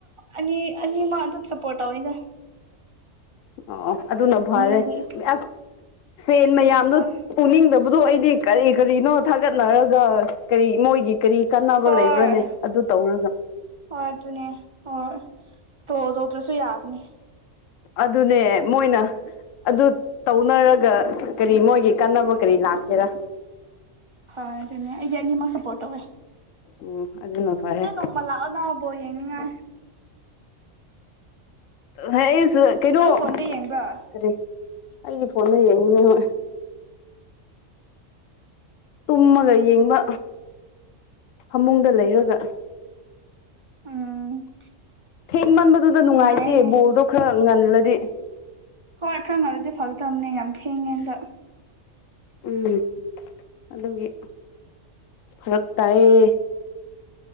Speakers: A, on the right; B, on the left.
A: ꯑꯅꯤꯅꯤꯃ ꯑꯗꯨ ꯁꯄꯣꯠꯎꯣꯏꯗ
B: ꯑꯣ ꯑꯗꯨꯅ ꯐꯔꯦ
A: ꯑꯩꯗꯤ
B: ꯑꯁ ꯐꯦꯟ ꯃꯌꯥꯝꯗꯣ
A: ꯍꯣꯏ
B: ꯎꯅꯤꯡꯗꯕ ꯗꯣ ꯑꯩꯗꯤ ꯀꯔꯤ ꯀꯔꯤꯅꯣ ꯊꯥꯒꯠꯅꯔꯒ ꯀꯔꯤ ꯃꯣꯏꯒꯤ ꯀꯔꯤ ꯀꯥꯟꯅꯕ
A: ꯍꯣꯏ
B: ꯂꯩꯕ꯭ꯔꯥꯅꯦ ꯑꯗꯨ ꯇꯧꯔꯒ
A: ꯍ ꯑꯗꯨꯅꯦ ꯍ ꯇꯣ ꯇꯧꯇ꯭ꯔꯁꯨ ꯌꯥꯕꯅꯤ
B: ꯑꯗꯨꯅꯦ ꯃꯣꯏꯅ ꯑꯗꯨ ꯇꯧꯅꯔꯒ ꯀꯔꯤ ꯃꯣꯏꯒꯤ ꯀꯥꯟꯅꯕ ꯀꯔꯤ ꯂꯥꯛꯀꯦꯔꯥ
A: ꯍꯣꯏ ꯑꯗꯨꯅꯤ ꯑꯩꯗꯤ ꯑꯅꯤꯃꯛ ꯁꯞꯄꯣꯔꯠ ꯇꯧꯋꯦ
B: ꯎꯝ ꯑꯗꯨꯅ ꯐꯔꯦ
A: ꯑ ꯇꯣꯡꯃ ꯂꯑꯣꯗꯕꯣ ꯌꯦ ꯑ
B: ꯍ ꯀꯩꯅꯣ
A: ꯅꯪ ꯐꯣꯟꯗ ꯌꯦꯡꯕ꯭ꯔꯣ
B: ꯀꯔꯤ ꯑꯩꯒꯤ ꯐꯣꯟꯗ ꯌꯦꯡꯕꯅꯦ ꯍꯣꯏ ꯇꯨꯝꯃꯒ ꯌꯦꯡꯕ ꯐꯃꯨꯡꯗ ꯂꯩꯔꯒ
A: ꯎꯝ
B: ꯊꯦꯡꯃꯟꯕꯗꯨꯗ ꯅꯨꯡꯉꯥꯏꯇꯦ
A: ꯅꯨꯡꯉꯥꯏꯅꯦ
B: ꯕꯣꯜꯗꯣ ꯈꯔ ꯅꯜꯗꯤ
A: ꯍꯣꯏ ꯈꯪ ꯃꯥꯗꯤꯦ ꯐꯥꯎ ꯊꯝꯅꯤ ꯌꯥꯝ ꯍꯦꯉꯗ
B: ꯎꯝ ꯑꯗꯨꯒꯤ ꯐꯔꯛ ꯇꯥꯏꯌꯦ